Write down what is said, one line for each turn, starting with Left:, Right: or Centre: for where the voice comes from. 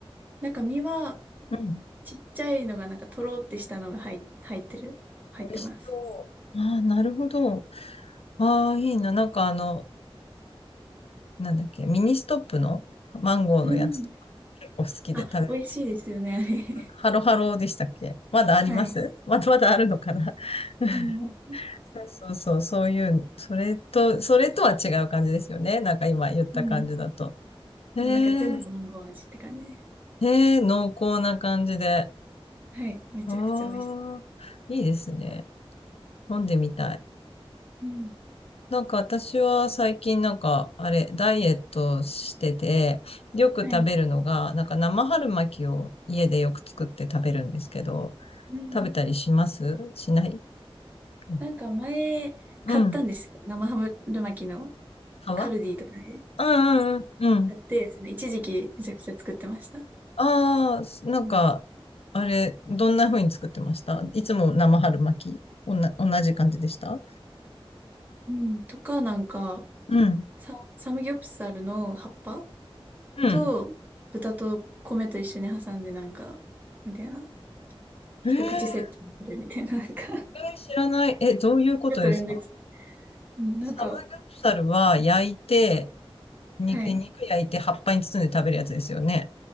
Right: なんか身は、
Left: うん。
Right: ちっちゃいのがなんかとろってしたのが入、入ってる。入ってます。
Left: 美味しそう。ああ、なるほど。ああ、いいな。なんかあの、なんだっけ、ミニストップのマンゴーのやつとか、
Right: うん。
Left: 結構好きで食べる。
Right: あ、美味しいですよね、
Left: ハロハロでしたっけまだありますまだまだあるのかな
Right: <laughs> あれ。<laughs> はい。
Left: <laughs>
Right: うん、
Left: そうそうそう、そういう、それと、それとは違う感じですよね。なんか今言った感じだと。
Right: うん。
Left: へ
Right: もうなんか全部マンゴー味って感じで。
Left: え、へえ、濃厚な感じで。
Right: はい。めちゃくちゃ美味しい。
Left: ああ、いいですね。飲んでみたい。
Right: うん、
Left: なんか私は最近なんか、あれ、ダイエットしてて、よく食べるのが、
Right: はい。
Left: なんか生春巻きを家でよく作って食べるんですけど、
Right: うん。
Left: 食べたりしますしないう
Right: なんか前、買ったんですよ。
Left: ん。
Right: 生ハムル巻きの。
Left: 皮
Right: カルディとかで皮
Left: うんうんうん。うん。
Right: やって、その一時期めちゃくちゃ作ってました。
Left: ああー、なんか、
Right: うん。
Left: あれ、どんな風に作ってましたいつも生春巻き、おな、同じ感じでした
Right: うんとか、なんか、
Left: うん。
Right: サ、サムギョプサルの葉っぱ
Left: うん。
Right: と豚と米と一緒に挟んでなんか、みたいな。一口セットにするみたいな、
Left: えー、え
Right: なんか <laughs>
Left: ー知らない。え、どういうことですか
Right: ちょっとめんどくさい。うんなんか、
Left: サムギョプサルは焼いて、肉、
Right: はい。
Left: 肉焼いて葉っぱに包んで食べるやつですよね。